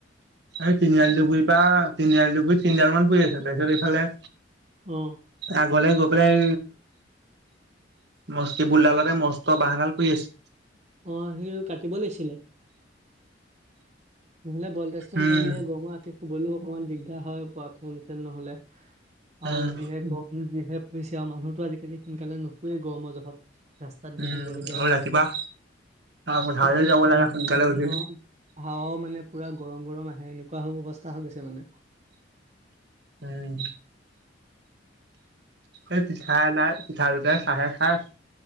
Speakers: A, on the right; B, on the right.
A: আজি তিনিআলি ডুগুৰি পৰা তিনিআলি ডুগুৰি তিনিডাল মান পৰি আছে তাৰপিছত এইফালে
B: অহ।
A: আগলে গৈ পেলাই মচ কিবুলডালতে মস্ত বাঁহডাল পৰি আছে।
B: অহ সি কাটিব লাগছিলে। নহ'লে ভলটেষ্ট
A: উম
B: নথাকিলে গৰম ৰাতি শুবলৈও অকমান দিগদাৰ হয়। পোৱাথেন চেন নহ'লে
A: উম
B: আৰু যিহেতু যিহে পছে আৰু মানুহতো আজিকালি সোনকালে নুশুৱেই গৰমৰ জহত ৰাস্তাত ঘূৰি
A: উম
B: ফুৰিবলগীয়া
A: ৰাতিপুৱা পথাৰলৈ
B: <unintelligible>
A: যাব লাগে সোনকালে উঠি
B: হাৱাও মানে পুৰা গৰম, গৰম আহে। এনেকুৱা অৱস্থা হৈ গৈছে মানে।
A: উম। এই পিঠা নাই, পিঠা দুটাই চাহে খাহ।